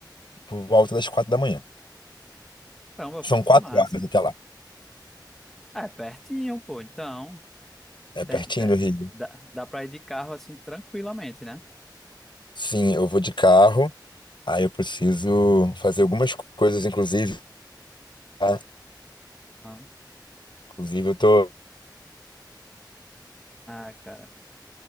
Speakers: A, on the left; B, in the centre.
A: por volta das quatro da manhã.
B: Caramba,
A: São
B: pô, que
A: quatro
B: massa.
A: horas até lá.
B: É, pertinho, pô, então.
A: É
B: Tem,
A: pertinho
B: tem-
A: do Rio.
B: dá, dá pra ir de carro assim tranquilamente, né?
A: Sim, eu vou de carro. Aí eu preciso fazer algumas coisas, inclusive. tá?
B: Ah.
A: Inclusive, eu tô.
B: Ah, cara,